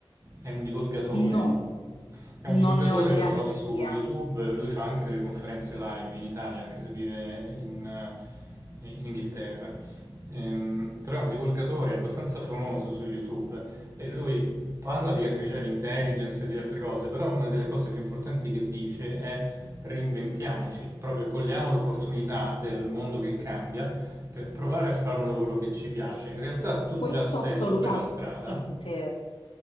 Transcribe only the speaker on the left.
No,
non
ne ho idea
di chi
sia.
Questo
assolutamente.